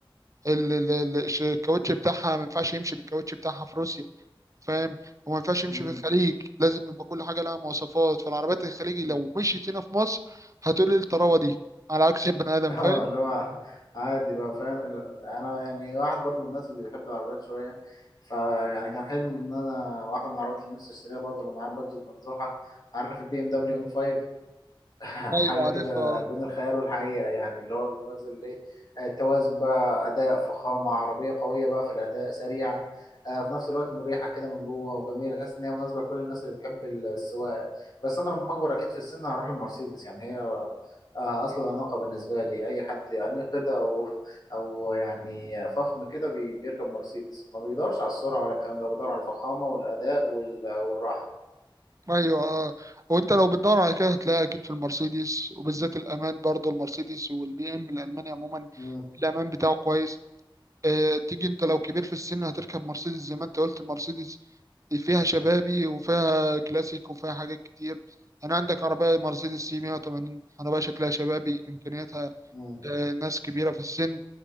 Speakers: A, on the right; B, on the left.
A: ال- ال- ال- الش- الكاوتش بتاعها ما ينفعش يمشي بالكاوتش بتاعها في روسيا فاهم وما ينفعش يمشي
B: مم.
A: في الخليج لازم يبقى كل حاجة لها مواصفات فالعربيات الخليجي لو
B: مم.
A: مشيت هنا في مصر هتقول ايه الطراوة دي على عكس البني آدم
B: <laughs>
A: فاهم
B: اه اللي هو عادي بقى فاهم ال- انا يعني واحد برضو من الناس اللي بيحب العربيات شويه فيعني كان حلمي ان انا واحده من العربيات اللي نفسي اشتريها برضو لو معايا بادجت مفتوحه عارف البي ام دبليو ام 5 <laughs> حاجة
A: ايوه عارفها
B: كده
A: آه.
B: بين الخيال والحقيقة يعني اللي هو بتمثل ايه آه، التوازن بقى أداء فخامة عربية قوية بقى في الأداء سريعة آه، في نفس الوقت مريحة كده من جوه وجميلة تحس إن هي مناسبة لكل الناس اللي بتحب السواقة بس أنا لما أكبر أكيد في السن هروح للمرسيدس يعني هي آه، أصل الأناقة بالنسبة لي أي حد أنيق كده أو أو يعني فخم كده بي- بيركب مرسيدس ما بيدورش على السرعة ولا الكلام ده بيدور على الفخامة والأداء وال- والراحة
A: ايوه اه وانت لو بتدور على كده هتلاقيها اكيد في المرسيدس وبالذات الامان برضه المرسيدس والبي ام الالماني عموما
B: مم.
A: الامان بتاعه كويس آه، تيجي انت لو كبير في السن هتركب مرسيدس زي ما انت قلت المرسيدس فيها شبابي وفيها كلاسيك وفيها حاجات كتير انا عندك عربية مرسيدس سي 180 عربية شكلها شبابي امكانياتها
B: مم.
A: آه، ناس كبيرة في السن